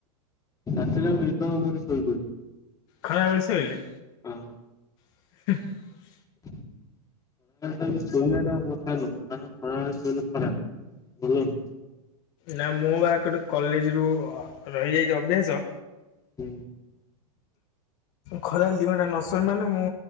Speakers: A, on the left; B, on the left.
A: ରାତିରେ ଆଉ ନିଦ ହବନି ଶୋଇପଇଲେ।
B: ଖରା ବେଳେ ଶୋଇଲେ?
A: ହଁ।
B: <inaudible>
A: <inaudible> ତା ବୋଲି ସୋଇବା ଟା କଥା ନୁହଁ କାରଣ ଖରାବେଳେ ସୋଇଲେ ଖରାପ୍ ଭଲ ନୁହଁ।
B: ନାଁ ମୁଁ ଆ ଗୋଟେ କଲେଜ୍ ରୁ ରହିଯାଇଛି ଅଭ୍ୟାସ
A: ହୁଁ।
B: ଖରାବେଳେ ଦି ଘଣ୍ଟା ନ ଶୋଇବି ମାନେ ମୁଁ